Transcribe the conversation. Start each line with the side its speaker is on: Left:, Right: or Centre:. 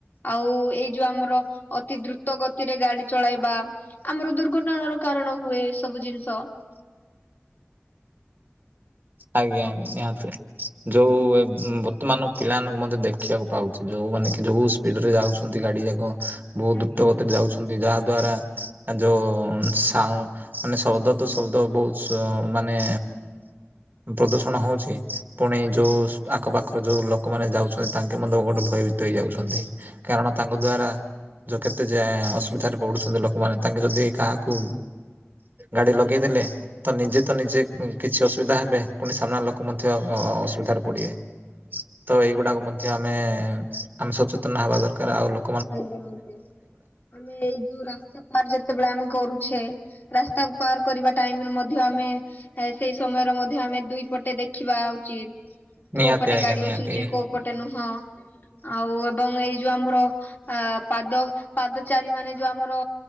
Left: ଆଉ ଏଇ ଯୋଉ ଆମର ଅତି ଦ୍ରୁତ ଦ୍ରୁତ ଗତିରେ ଗାଡି ଚଳେଇବା ଆମର ଦୁର୍ଘଟଣା ର କାରଣ ହୁଏ, ଏ ସବୁ ଜିନିଷ।
Right: ଆଜ୍ଞା
Left: ହଁ
Right: ଆଜ୍ଞା ନିହାତି। ଯୋଉ ଏ ବର୍ତ୍ତମାନ ପିଲାମାନଙ୍କୁ ମଧ୍ୟ ଦେଖିବାକୁ ପାଉଛି ଯୋଉ ମାନେ କି ଯୋଉ ସ୍ପିଡରେ ଯାଉଛନ୍ତି ଗାଡି ଯାକ ବହୁତ
Left: ଆଜ୍ଞା।
Right: ଦ୍ରୁତଗତିରେ ଯାଉଛନ୍ତି ଯାହା ଦ୍ଵାରା ଆ ଯୋଉ ଶାଉ ମାନେ ଶବ୍ଦ ତ ଶବ୍ଦ ବହୁତ ସ ମାନେ ପ୍ରଦୂଷଣ ହଉଛି ପୁଣି ଯୋଉ ଆଖ ପାଖରେ ଯୋଉ ଲୋକମାନେ ଯାଉଛନ୍ତି ତାଙ୍କେ ମଧ୍ୟ ଗୋଟେ ଭୟଭିତ ଭିତ ହେଇ ଯାଉଛନ୍ତି କାରଣ ତାଙ୍କ ଦ୍ଵାରା ଯୋଉ କେତେ ଯେ ଅସୁବିଧାରେ ପଡୁଛନ୍ତି ଲୋକମାନେ ତାଙ୍କେ ଯଦି କାହାକୁ ଗାଡି ଲଗେଇଦେଲେ ତ ନିଜେ ତ ନିଜେ କିଛି ଉଁ ଅସୁବିଧା ହେବେ ପୁଣି ସାମ୍ନା ଲୋକ ମଧ୍ୟ ଅ ଅସୁବିଧାରେ ପଡିବେ ତ ଏଇଗୁଡାକ ମଧ୍ୟ ଯେ ଆମେ ଆମେ ସଚେତନ ହେବା ଦରକାର ଆଉ ଲୋକ
Left: ଆଜ୍ଞା ଆଜ୍ଞା ଆମେ ଏଇ ଯୋଉ ରାସ୍ତା ପାର ଯେତେବେଳେ ଆମେ କରୁଛେ ରାସ୍ତା ପାର କରିବା ଟାଇମରେ ମଧ୍ୟ ଆମେ ଏ ସେଇ ସମୟରେ ମଧ୍ୟ ଆମେ ଦୁଇ ପଟେ ଦେଖ ଦେଖିବା ଉଚିତ
Right: ନିହାତି
Left: କୋଉ ପଟେ
Right: ଆଜ୍ଞା
Left: ଗାଡି
Right: ନିହାତି।
Left: ଆସୁଛି କୋଉ ପଟେ ନୁହଁ ଆଉ ଏବଂ ଏଇ ଯୋଉ ଆମର ଆ ପାଦ ପାଦଚାରୀ ମାନେ ଯୋଉ ଆମର